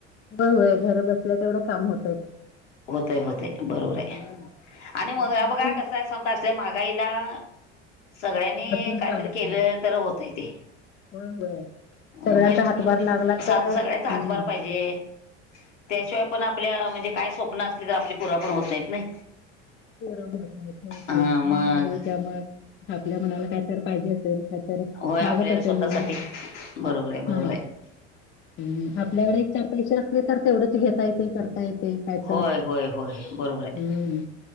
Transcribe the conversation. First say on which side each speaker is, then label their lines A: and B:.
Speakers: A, on the left; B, on the left.
A: होय होय घर बसल्या तेवढं काम होतय
B: होतय, होतय बरोबर आहे
A: हं.
B: आणि
A: उगाच
B: म
A: बसून
B: बघा कस आहे सगुका असल्या महागाईला सगळ्यांनी
A: बसून चालत
B: काहीतरी केलं
A: नाही.
B: तर होतय ते.
A: होय, होय
B: मग
A: सगळ्यांचा
B: कष्ट
A: हातभार
B: तर
A: लागला
B: सगळ्यांचा
A: तर हम्म.
B: हातभार पाहिजे
A: हा
B: त्याशिवाय
A: <unintelligible>
B: पण आपल्या म्हणजे काय स्वप्न असली तर आपली पुर पण होत नाही नाही?
A: पुर्ण होत नाहीत होयकी
B: हा मग
A: मन मारण हो त्या मग आपल्या मनाला काय तर पाहिजे.
B: होय आपल्याला
A: मारत असेल
B: स्वतःसाठी
A: मान हा.
B: बरोबर आहे बरोबर
A: हम्म
B: आहे
A: आपल्याकडे एक, चार पैसे असले तर तेवढंच घेत काही पण करता येते कायटर
B: होय होय होय बरोबर आहे
A: हम्म.